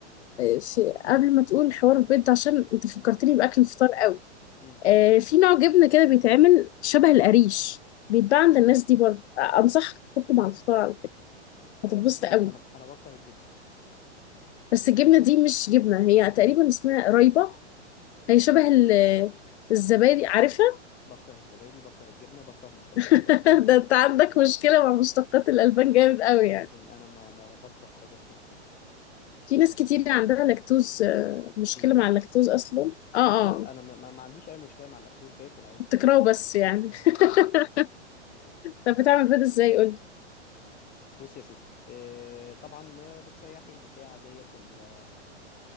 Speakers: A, on the left; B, on the left.
A: مم،
B: في قبل ما تقول حوار البيض ده، عشان انت فكرتني
A: مم،
B: بأكل الفطار قوي
A: مم.
B: آه في نوع جبنة كده بيتعمل شبه القريش بيتباع عند الناس دي برضه آه، أنصحك تحطه مع الفطار على فكرة هتتبسط
A: آه، بص أنا
B: قوي
A: أنا أنا بكره الجبنة
B: بس الجبنة دي مش جبنة هي تقريبا اسمها قريبة هي
A: بكره
B: شبه ال- الزبادي عارفها
A: بكره الزبادي بكره الجبنة بكره مشتقات
B: <laughs>
A: الألبان
B: ده انت عندك مشكلة مع مشتقات الألبان جامد قوي
A: جدا
B: يعني
A: أنا ما ما بكره حاجة اسمها كده
B: في ناس كتير عندها لاكتوز آه، مشكلة
A: intolerance
B: مع اللاكتوز أصلا اه
A: لا لا
B: اه
A: انا ما, ما ما عنديش اي مشكله مع اللاكتوز باكل عادي
B: بتكرهه
A: بس انا
B: بس يعني
A: بكرهه.
B: <laughs>
A: اه بالظبط
B: طب بتعمل بيض ازاي قولي
A: بص يا ستي آه، طبعا آه، بتسيحي البتاع ديت ال- آه،